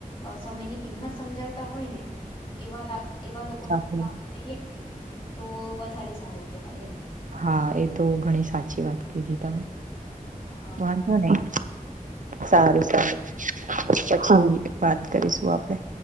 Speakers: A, on the left (about 40°); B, on the right (about 60°).
A: અહ સમયની કિંમત સમજાવતા હોય ને એવા લા એવા લોકો સાથે
B: હમ્મ.
A: આપણે રહીએ તો વધારે સારું કેવાય એમ.
B: હા એ તો ઘણી સાચી વાત કીધી તમે.
A: હા
B: વાંધો નહી. સારું-સારું.
A: હા હા
B: પછી વાત કરીશું આપડે.